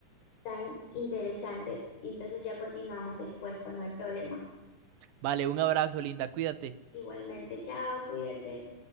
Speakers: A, on the left (about 85°); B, on the right (about 75°).
A: tan interesante. Y entonces ya continuamos después, pues no hay problema.
B: Vale, un abrazo, Linda, cuídate.
A: Igualmente, chao, cuídate.